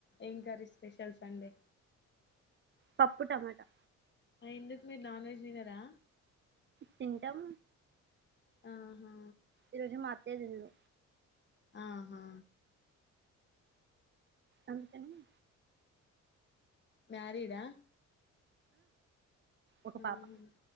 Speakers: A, on the left; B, on the right.
A: ఏం కర్రి స్పెషల్ సండే
B: పప్పు టమాటా
A: ఆ ఎందుకు మీరు నాన్ వెజ్ తినరా?
B: తింటం
A: ఆహా
B: ఈరోజు మా అత్తయ్య తినదు
A: ఆహా
B: అందుకనీ
A: మ్యారీడా
B: ఒకపాప
A: ఆహా